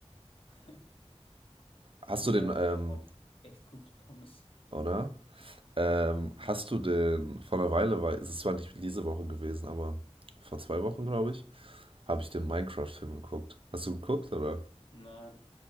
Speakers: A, on the left; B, on the right.
A: <laughs>
B: Hast
A: Ja,
B: du den, ähm,
A: die haben auch echt gute Pommes.
B: oder? Ähm,
A: Ja.
B: hast du denn vor einer Weile, weil es ist zwar nicht diese Woche gewesen, aber vor zwei Wochen, glaube ich, habe ich den Minecraft-Film geguckt. Hast du geguckt, oder?
A: Nein,